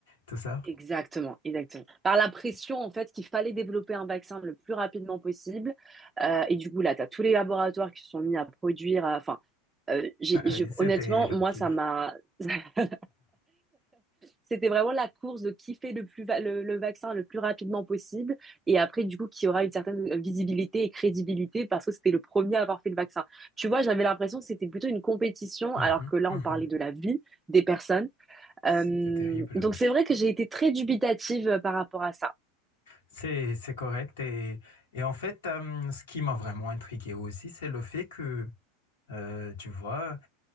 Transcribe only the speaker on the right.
Exactement, exactement. Par la pression, en fait, qu'il fallait développer un vaccin le plus rapidement possible. Euh, et du coup, là, tu as tous les laboratoires qui se sont mis à produire. à- Enfin, euh, j'ai-
j'ai-
honnêtement,
moi,
ça m'a. <laughs> C'était vraiment la course de qui fait le plus va- le, le vaccin le plus rapidement possible. Et après, du coup, qui aura une certaine visibilité et crédibilité parce que c'était le premier à avoir fait le vaccin. Tu vois, j'avais l'impression que c'était plutôt une compétition,
alors que là,
on parlait de la vie des personnes.
Euh,
donc
c'est vrai que j'ai été très dubitative euh, par rapport à ça.